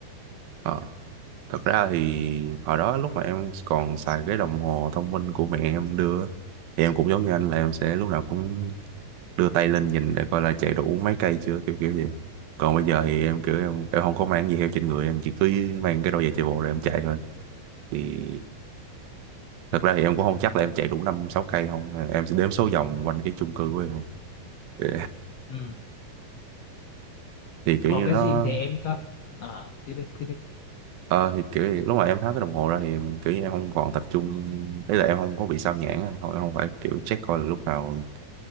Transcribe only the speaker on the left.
ừ.
còn
cái
gym thì em có ờ tiếp đi tiếp đi